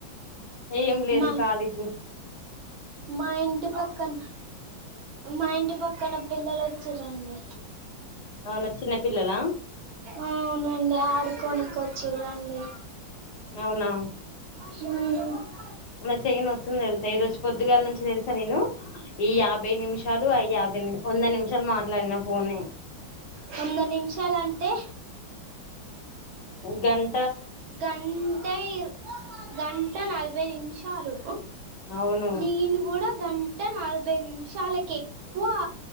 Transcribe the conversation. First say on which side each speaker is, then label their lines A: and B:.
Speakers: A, on the left; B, on the right.
A: ఏం లేదు
B: మా
A: ఖాళీ గు
B: మా ఇంటి పక్కన మా ఇంటి పక్కన పిల్లలు వచ్చిరండి
A: అవునా చిన్న పిల్లల
B: అవునండి ఆడుకోనికి వచ్చిర్రాండి
A: అవునా
B: <unintelligible>
A: నా చేయి నస్తుంది తెలుసా ఈ రోజు పొద్దుగాల నుంచి తెలుసా నేను ఈ యాభై నిమిషాలు అ యాభై వంద నిమిషాలు మాట్లాడిన ఫోనే
B: వంద నిమిషాలంటే
A: గన్
B: గంటైర్ గంట నలభై నిమిషాలు
A: అవును
B: నేను కూడా గంట అంటే నలభై నిమిషాలకు ఎక్కువ